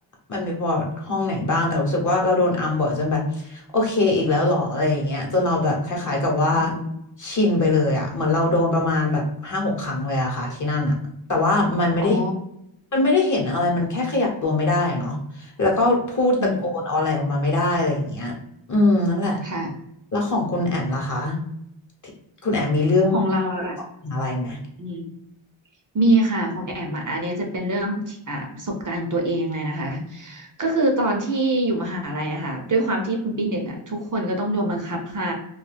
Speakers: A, on the left; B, on the right.
A: มันมีประวัติห้องไหนบ้างแต่รู้สึกว่าเราโดนอัมบ่อยจนแบบโอเคอีกแล้วเหรออะไรอย่างเงี้ยจนเราแบบคล้ายๆกับว่า
B: อืม
A: ชินไปเลยอ่ะเหมือนเราโดนประมาณแบบห้าหกครั้งเลยอะค่ะที่นั่นอ่ะแต่ว่ามันไม่ได้
B: อ๋อ
A: มันไม่ได้เห็นอะไรมันแค่ขยับตัวไม่ได้อะเนาะแล้วก็พูดตะโกนอะไรออกมาไม่ได้อะไรอย่างเงี้ย
B: อืม
A: อืมนั่นแหละ
B: ค่ะ
A: แล้วของคุณแอมล่ะคะที่คุณแอมมีเรื่อง
B: ของเราอะ
A: อะไรไหม
B: อืมมีค่ะของแอมอะอันเนี้ยจะเป็นเรื่องที่อ่าประสบการณ์ของตัวเองเลยนะคะ ก็คือตอนที่อยู่มหาลัยอะค่ะ ด้วยความที่เป็นปีหนึ่งอะทุกคนก็ต้องโดนบังคับค่ะ